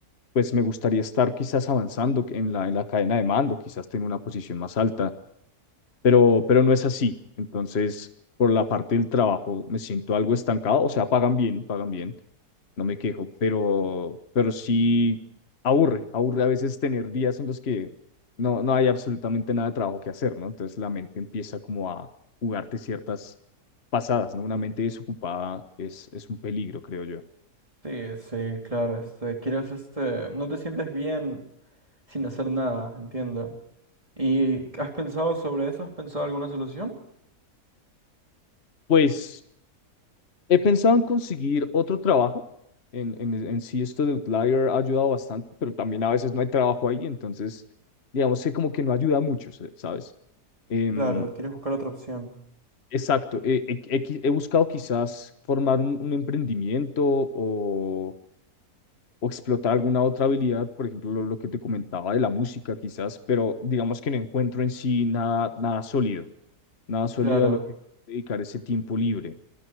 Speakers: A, on the left; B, on the right.
A: pues me gustaría estar quizás avanzando en la, en la cadena de mando, quizás tener una posición más alta pero, pero no es así. Entonces, por la parte del trabajo me siento algo estancado, o sea, pagan bien, pagan bien, no me quejo, pero, pero sí aburre, aburre a veces tener días en los que no, no hay absolutamente nada de trabajo que hacer, ¿no? Entonces la mente empieza como a jugarte ciertas pasadas, ¿no? Una mente desocupada es, es un peligro, creo yo.
B: Sí, sí, claro. Este, quieres, este, no te sientes bien sin hacer nada, entiendo. ¿Y has pensado sobre eso? ¿Has pensado alguna solución?
A: Pues He pensado en conseguir otro trabajo. En, en, en sí esto de Outlier ha ayudado bastante, pero también a veces no hay trabajo ahí, entonces digamos que como que no ayuda mucho, se- ¿sabes? Em,
B: Claro, quieres buscar otra opción.
A: exacto. He, he- he qui- he buscado quizás formar un, un emprendimiento o, o explotar alguna otra habilidad, por ejemplo, lo, lo que te comentaba de la música quizás, pero digamos que no encuentro en sí nada, nada sólido, nada sólido
B: Claro.
A: a lo que dedicar ese tiempo libre.